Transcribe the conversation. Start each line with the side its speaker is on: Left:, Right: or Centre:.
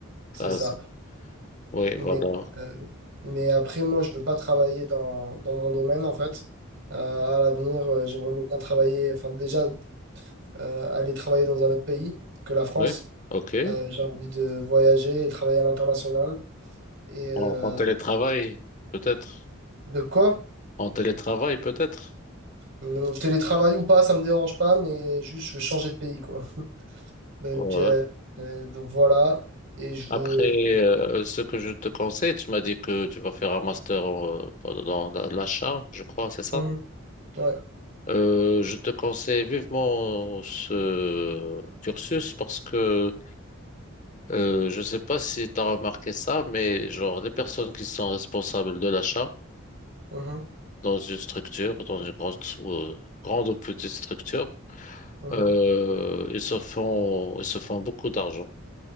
Right: c'est
Left: Ça,
Right: ça.
Left: c'est- oui,
Right: Mais,
Left: voilà.
Right: euh, mais après, moi, je veux pas travailler dans, dans mon domaine, en fait. Euh, à l'avenir, euh, j'aimerais bien travailler, enfin déjà, euh, aller travailler dans un autre pays que la France.
Left: Oui, ok.
Right: Euh, j'ai envie de voyager et travailler à l'international. Et euh,
Left: En, en télétravail, peut-être.
Right: de quoi?
Left: En télétravail, peut-être.
Right: Hum, Télétravail ou pas, ça me dérange pas, mais juste, je veux changer de pays, quoi. Donc,
Left: Ouais.
Right: euh, euh, donc voilà. Et je
Left: Après,
Right: veux.
Left: euh, ce que je te conseille, tu m'as dit que tu vas faire un master euh, dans la- l'achat, je crois, c'est ça?
Right: Mhm. Ouais.
Left: Euh, je te conseille vivement ce cursus parce que euh, je ne sais pas si tu as remarqué ça, mais genre les personnes qui sont responsables de l'achat
Right: Mhm.
Left: dans une structure, dans une grande, euh, grande ou petite structure,
Right: Mhm.
Left: euh, ils se font, ils se font beaucoup d'argent